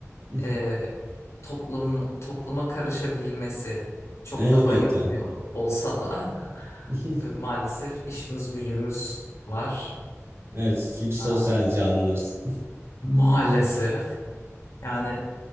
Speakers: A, on the right (about 55°); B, on the left (about 65°).
A: <laughs>
B: e, toplum topluma karışabilmesi çok
A: Elbette.
B: da bayılmıyor olsa da <laughs>
A: <laughs>
B: e, maalesef işimiz gücümüz var.
A: Evet, çünkü sosyal
B: Ha.
A: canlılarız.
B: Maalesef. Yani